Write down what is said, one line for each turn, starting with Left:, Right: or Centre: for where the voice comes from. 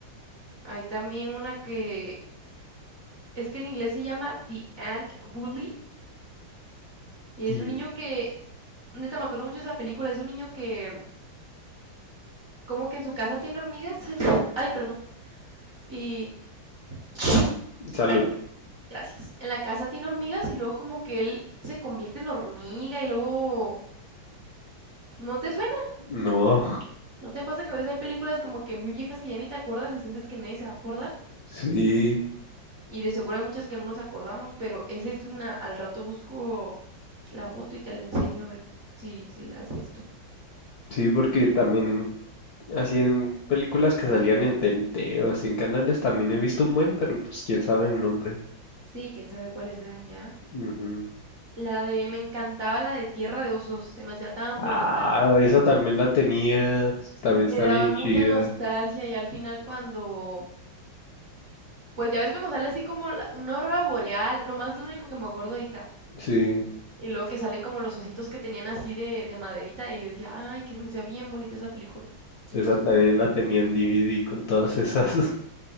Right: hay también una que es que en inglés se llama The Ant Bully y es
Left: Y,
Right: de un niño que, neta, me acuerdo mucho de esa película, es de un niño que como que en su casa tiene hormigas. <laughs> Ay, perdón. Y <clears throat>
Left: salud,
Right: perdón, gracias. En la casa tiene hormigas y luego como que él se convierte en hormiga y luego ¿no te suena?
Left: no,
Right: ¿No te pasa que a veces hay películas como que muy viejas que ya ni te acuerdas y sientes que nadie se va a acordar?
Left: sí,
Right: Y de seguro hay muchas que no nos acordamos, pero esa es una. Al rato busco la foto y te la enseño a ver si, si la has visto.
Left: sí, porque
Right: Eh,
Left: también así en películas que salían en TNT o así en canales también he visto un buen, pero pues quién sabe el nombre.
Right: Sí, quién sabe cuáles eran ya.
Left: Ujú.
Right: La de, me encantaba la de Tierra de Osos, se me hacía tan
Left: Ah,
Right: bonita.
Left: esa también la tenía, también
Right: Me
Left: está
Right: daba
Left: bien
Right: mucha
Left: chida,
Right: nostalgia y al final cuando, pues ya ves cuando sale así como la- una aurora boreal, nomás es lo único que me acuerdo ahorita.
Left: sí,
Right: Y luego que salen como los ositos que tenían así de, de maderita y decía, ay, que se me hacía bien bonita esa película. Me
Left: esa
Right: gustaba
Left: también
Right: mucho.
Left: la tenía en DVD con todas esas. <laughs>